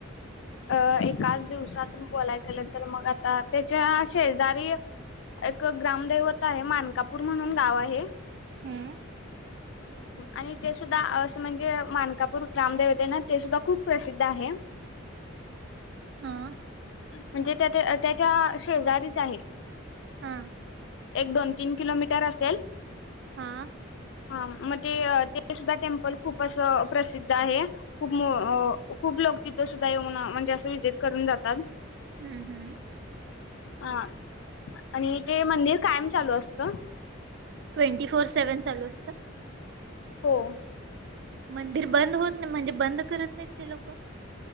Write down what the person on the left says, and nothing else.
अ एकाच दिवसातून बोलायला गेलं तर मग आता त्याच्या शेजारी एक ग्रामदैवता आहे मानकापूर म्हणून गाव आहे.
आणि ते सुद्धा असं म्हणजे मानकापूर ग्रामदेवते ना ते सुद्धा खूप प्रसिद्ध आहे.
म्हणजे त्या त्याच्या शेजारीच आहे.
एक दोन तीन किलोमीटर असेल,
हा मग ते ते सुद्धा टेम्पल खूप असं प्रसिद्ध आहे खूप खूप लोक तिथं सुद्धा येऊन म्हणजे असं व्हिजिट करून जातात.
हा आणि ते मंदिर कायम चालू असत.
हो